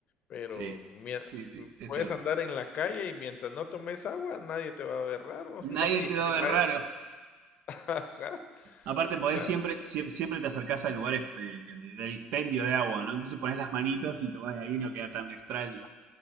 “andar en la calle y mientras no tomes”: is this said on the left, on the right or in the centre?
Left